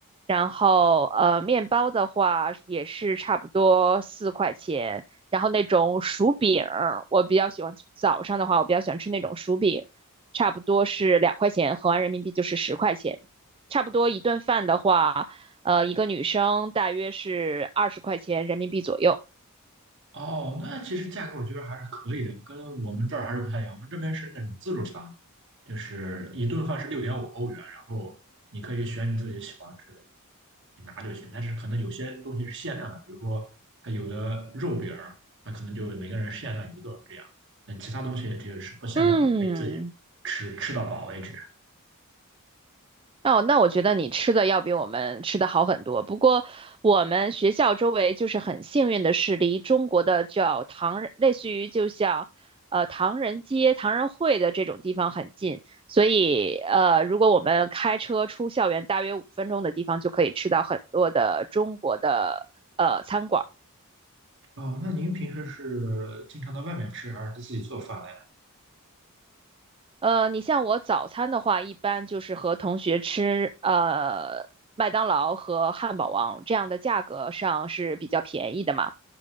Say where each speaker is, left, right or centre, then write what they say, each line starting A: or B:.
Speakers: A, on the right (about 25°); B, on the right (about 55°).
A: 然后呃，面包的话也是差不多四块钱。然后那种薯饼儿我比较喜欢早上的话，我比较喜欢吃那种薯饼，差不多是两块钱，合完人民币就是十块钱。差不多一顿饭的话，呃，一个女生大约是二十块钱人民币左右。
B: 哦，那其实价格我觉得还是可以的，跟我们这儿还是不太一样。我们这边是那种自助餐，就是一顿饭是六点五欧元，然后你可以选你自己喜欢吃的，你拿就行。但是可能有些东西是限量的，比如说它有的肉饼儿，它可能就每个人限量一个这样。那其他东西这个是不限量的，
A: 嗯，
B: 你可以自己吃吃到饱为止。
A: 哦，那我觉得你吃的要比我们吃的好很多。不过我们学校周围就是很幸运的是，离中国的叫唐人类似于就像呃唐人街、唐人会的这种地方很近，所以呃，如果我们开车出校园大约五分钟的地方，就可以吃到很多的中国的呃餐馆。
B: 哦，那您平时是经常到外面吃，还是自己做饭呢？
A: 呃，你像我早餐的话，一般就是和同学吃呃麦当劳和汉堡王这样的价格上是比较便宜的嘛。